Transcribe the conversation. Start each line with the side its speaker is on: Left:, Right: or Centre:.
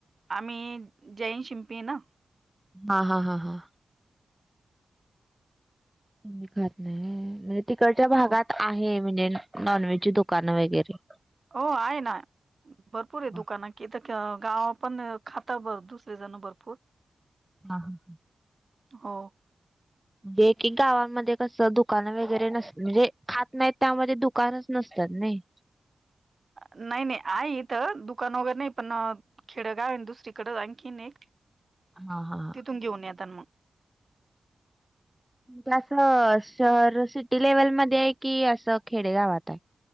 Right: आम्ही जैन शिंपी ना
Centre: हा हा हा हा. तुम्ही खात नाही, म्हणजे तिकडच्या भागात
Right: हो
Centre: आहे म्हणजे नॉनव्हेजची दुकानं वगैरे
Right: हो आहे ना भरपूर आहेत दुकानं,
Centre: हा
Right: कि इथं गावा पण खाता बर दुसरे जणं भरपूर
Centre: हां.
Right: हो.
Centre: एकेक गावामध्ये कसं, दुकान वगैरे नस म्हणजे खात नाहीत त्यामध्ये दुकानच नसत्यात नाही.
Right: नाही नाही आहे इथं, दुकान वगैरे नाही पण खेड गाव आहे नं दुसरीकडं आणखीन एक
Centre: हा हा हा.
Right: तिथून घेऊन येतान मग
Centre: पण असं शहर सिटी लेव्हलमध्ये आहे कि असं खेडेगावात हाय?